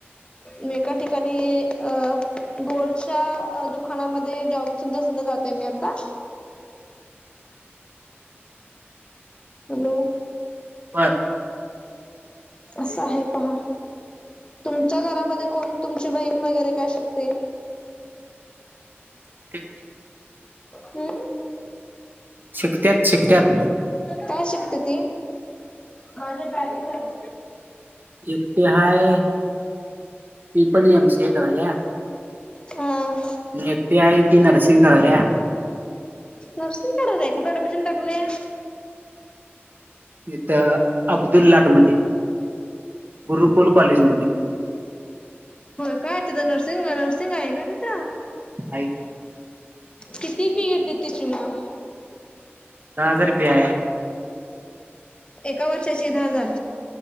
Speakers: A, on the left; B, on the right.
A: मी एका ठिकाणी अ, गोल्डच्या अ दुकानामध्ये जॉब सुधा सुधा जाते मी आता.
B: <inaudible>
A: हॅलो.
B: बर.
A: असं आहे पहा. तुमच्या घरामध्ये कोण तुमची बहीण वगैरे काय शिकते?
B: <unintelligible>
A: हम्.
B: शिकत्यात शिकत्यात.
A: काय शिकत्या ती, माझ्या बॅगेत हाय ब.
B: एकटी हाय, ती पण एम सी ए करायल्या.
A: हम.
B: म एकटी हाय ती नर्सिंग करायल्या.
A: नर्सिंग करायक्या कुठ ॲडमिशन टाकल्या?
B: इथ, अब्दुललाट मध्ये, गुरुकुल कॉलेज मध्ये.
A: होय काय तिथं नर्सिंग नर्सिंग आहे का तिथं?
B: आहे
A: किती फि येते तिची म?
B: दहा हजार फि हाय.
A: एका वर्षाची दहाजार?